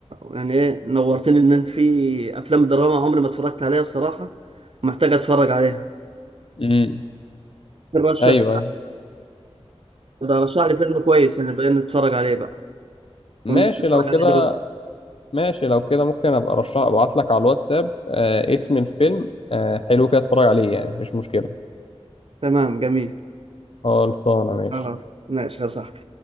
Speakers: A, on the right; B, on the left.
A: يعني ايه نورتني ان انت في افلام دراما عمري ما اتفرجت عليها الصراحه ومحتاج اتفرج عليها
B: امم
A: فرشح
B: أيوه أيوه
A: رشح لي فيلم كويس انا بقى نتفرج عليه بقى
B: ماشي
A: ونتفرج
B: لو كده
A: عليه دلوقتي
B: ماشي لو كده ممكن أبقى أرشح أبعت لك على الواتساب آه اسم الفيلم آه حلو كده أتفرج عليه يعني مفيش مشكلة
A: تمام جميل
B: خلصانة ماشي
A: خلاص ماشي يا صاحبي